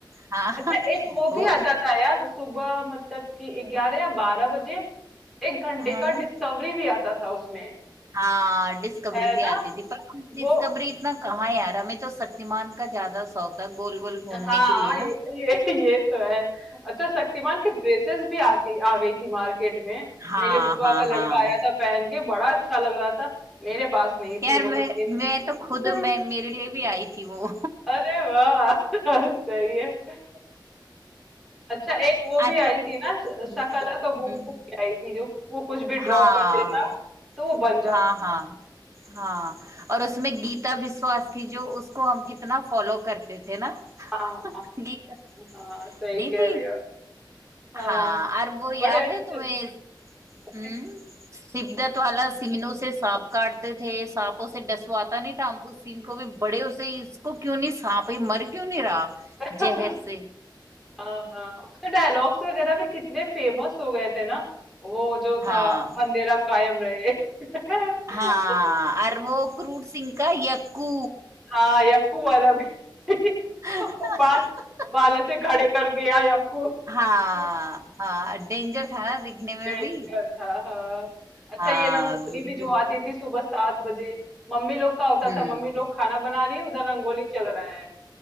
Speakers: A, on the right; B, in the centre.
A: हाँ
B: अच्छा एक वो
A: वो
B: भी आता था यार सुबह मतलब कि ग्यारह या बारह बजे एक घंटे
A: हाँ
B: का डिस्कवरी भी आता था उसमें
A: हाँ डिस्कवरी
B: है
A: भी
B: ना
A: आती थी पर हम डिस्कवरी
B: वो
A: इतना कहाँ यार हमें तो शक्तिमान का ज्यादा शौक था गोल गोल घूमने
B: हाँ
A: के लिए
B: ये
A: ना
B: ये, ये तो है अच्छा शक्तिमान की ड्रेसेस भी आती आ गई थी मार्केट में
A: हाँ
B: मेरे बुआ
A: हाँ
B: का लड़का
A: हाँ
B: आया था पहन के बड़ा अच्छा लग रहा था मेरे पास नहीं
A: यार
B: थी वो लेकिन
A: मैं मैं तो
B: <laughs>
A: खुद मैं मेरे लिए भी आई थी वो
B: अरे वाह <laughs> सही है अच्छा एक वो भी
A: आज तो
B: आई
A: मेरे
B: थी ना श- शकला
A: हम्म,
B: का बूम बूम भी आई थी जो वो कुछ भी
A: हाँ
B: ड्रॉ कर देता तो वो बन जाता
A: हाँ हाँ हाँ और उसमें गीता विश्वास थी जो उसको हम कितना फॉलो करते थे ना
B: हाँ
A: <laughs> गीता
B: हाँ हाँ, हाँ, सही
A: नहीं
B: कह
A: थी
B: रहे हो हाँ
A: हाँ और वो याद
B: बड़े अच्छे
A: है तुम्हें
B: लगते
A: हम्म
B: थे।
A: शिवदत्त वाला सीनों से सांप काटते थे सांपों से डसवाता नहीं था हम उस सीन को भी बड़े उसे इसको क्यों नहीं सांप ये मर क्यों नहीं रहा
B: <laughs>
A: जहर से
B: हाँ हाँ उसके डायलॉग्स वगैरह भी कितने फेमस हो गए थे ना वो जो
A: हाँ
B: था अंधेरा कायम रहे <laughs>
A: हाँ और वो क्रूर सिंह का यक्कू
B: हाँ यक्कू वाला भी <laughs>
A: <laughs>
B: वो बाल बाल ऐसे खड़े कर गया यक्कू
A: हाँ हाँ डेंजर था ना दिखने में
B: डेंजर
A: भी
B: था हाँ अच्छा
A: हाँ
B: ये रंगोली
A: बिल्कुल
B: भी जो आती थी सुबह सात बजे मम्मी लोग का होता
A: हम्म
B: था मम्मी लोग खाना बना रही है उधर रंगोली चल रहा है